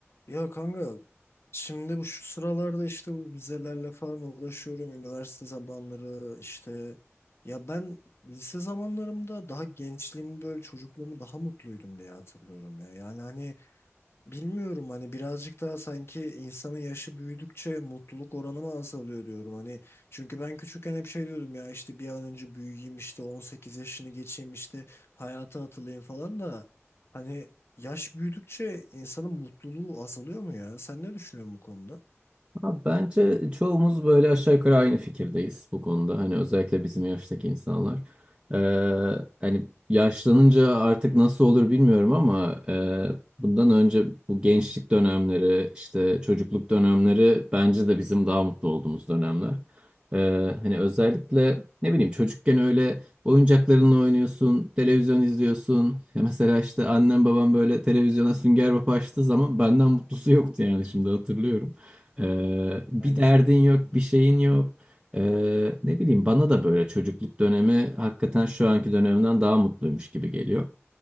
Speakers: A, on the left; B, on the right.
A: Ya kanka şimdi bu şu sıralarda işte bu vizelerle falan uğraşıyorum. Üniversite zamanları işte ya ben lise zamanlarımda daha gençliğimi böyle çocukluğumu daha mutluydum diye hatırlıyorum ya. Yani hani Bilmiyorum hani birazcık daha sanki insanın yaşı büyüdükçe mutluluk oranı mı azalıyor diyorum hani çünkü ben küçükken hep şey diyordum ya işte bir an önce büyüyeyim işte 18 yaşını geçeyim işte hayata atılayım falan da hani yaş büyüdükçe insanın mutluluğu azalıyor mu ya? Sen ne düşünüyorsun bu konuda?
B: Abi bence çoğumuz böyle aşağı yukarı aynı fikirdeyiz bu konuda. Hani özellikle bizim yaştaki insanlar. Ee, hani yaşlanınca artık nasıl olur bilmiyorum ama e, bundan önce bu gençlik dönemleri, işte çocukluk dönemleri bence de bizim daha mutlu olduğumuz dönemler. Ee, hani özellikle ne bileyim çocukken öyle oyuncaklarınla oynuyorsun, televizyon izliyorsun. Ya mesela işte annem babam böyle televizyona Sünger Bob açtığı zaman benden mutlusu yoktu yani şimdi hatırlıyorum. Ee, bir
A: Aynı
B: derdin
A: şekilde
B: yok,
A: ben de.
B: bir şeyin yok. Ee, ne bileyim bana da böyle çocukluk dönemi hakikaten şu anki dönemden daha mutluymuş gibi geliyor.